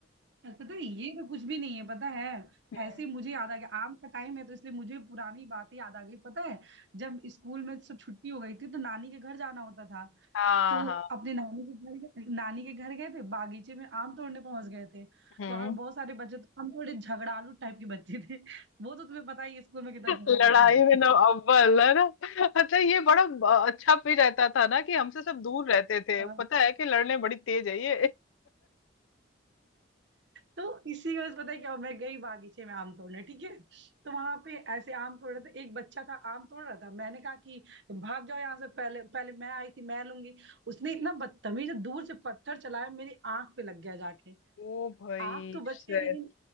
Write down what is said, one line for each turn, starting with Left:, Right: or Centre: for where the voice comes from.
Right: पता है ये तो कुछ भी नहीं है पता है
Left: हम्म
Right: ऐसे ही मुझे याद आ गया आम का टाइम है तो इसलिए मुझे पुरानी बातें याद आ गई पता है जब स्कूल में सब छुट्टी हो गई थी तो नानी के घर जाना होता था
Left: हाँ
Right: तो
Left: हाँ
Right: अपने नानी के घर गए नानी के घर गए थे बागीचे में आम तोड़ने पहुंच गए थे तो
Left: हम्म
Right: वहां पे बहुत सारे बच्चे तो हम थोड़े झगड़ालू टाइप के बच्चे थे वो तो तुम्हें पता ही है, स्कूल में कितना झगड़ा
Left: लड़ाई
Right: करते थे
Left: में ना अव्वल है ना अच्छा ये बड़ा अ, अच्छा भी रहता था ना कि हमसे सब दूर रहते थे
Right: हाँ।
Left: पता है कि लड़ने बड़ी तेज है ये
Right: तो इसी वजह से पता है क्या हुआ? मैं गई बागीचे में आम तोड़ने ठीक है तो वहां पे ऐसे आम तोड़ रहे थे एक बच्चा था आम तोड़ रहा था मैंने कहा कि भाग जाओ यहाँ से पहले पहले मैं आई थी मैं लूंगी उसने इतना बदतमीज दूर से पत्थर चलाया मेरी आंख पे लग गया जाके
Left: ओ भाई
Right: आग तो बच
Left: shit,
Right: गई लेकिन